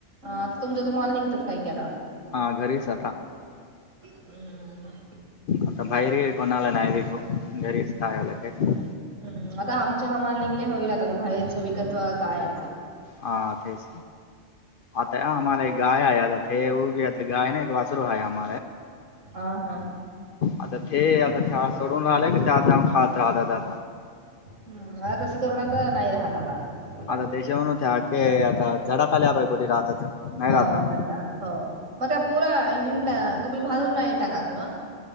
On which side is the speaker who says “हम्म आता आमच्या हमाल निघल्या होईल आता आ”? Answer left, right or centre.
Right